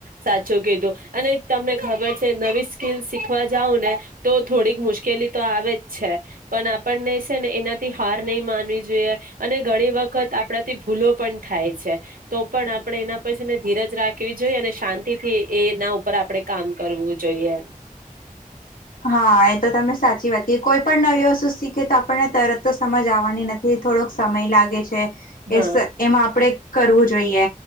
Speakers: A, on the right; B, on the left.
A: સાચું કીધું. અને તમને ખબર છે નવી સ્કીલ શીખવા જાઉં ને તો થોડીક મુશ્કેલી તો આવે જ છે. પણ આપણને છે ને એનાથી હાર નહી માનવી જોઈએ. અને ઘણી વખત આપણાથી ભૂલો પણ થાય છે. તો પણ આપણે એના પછી ને ધીરજ રાખવી જોઈએ. અને શાંતિથી એના ઉપર આપણેે કામ કરવું જોઈએ.
B: હા એ તો તમે સાચી વાત કી કોઈ પણ નવી વસ્તુ શીખે તો આપણને તરત તો સમજ આવવાની નથી થોડોક સમય. લાગે છે. એ
A: હા
B: એમાં આપડે. કરવું જોઈએ